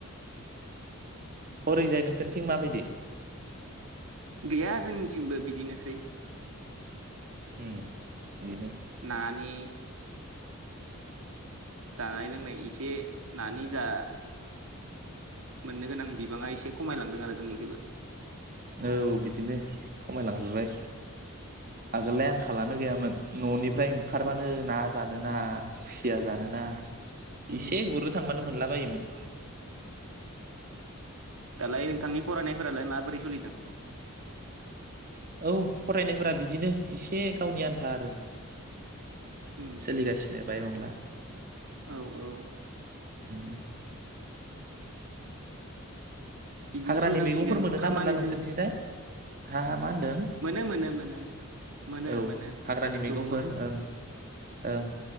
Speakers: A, on the right; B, on the right.
A: हरैजाय नोंसोरनिथिं माबायदि?
B: गैया जोंनिथिंबो बिदिनोसै।
A: उम बेनो
B: नानि जानाय लोंनाय इसे नानि जा मोननो गोनां बिबाङा एसे खमायलांदों आरो जोंनिखबो
A: औ बिदिनो खमायलांजोबबाय आगोललाय आंखालानो गैयामोन न'नि फ्राय ओंखारबानो
B: उम
A: ना जानोना खुसिया जानोना
B: उम
A: इसे गुरनो थांबानो मोनला बायोमोन
B: दालाय नोंथांनि फरायनायफोरालाय माबोरै सोलिदों?
A: औ फरायनायफोरा बिदिनो एसे गावनि आन्था आरो
B: उम
A: सोलिगासिनो बायबांला
B: औ औ
A: उम
B: बिदिनो
A: हाग्रानि
B: सोलिनांसिगोन
A: मैगंफोर मोनोना
B: खामानिजों
A: मोनला नोंसोरथिंजाय हा हा मा होनदों
B: मोनो मोनो मोनो मोनो
A: औ
B: मोनो
A: हाग्रानि
B: गासिखौबो
A: मैगंफोर
B: मोनो
A: ओं ओं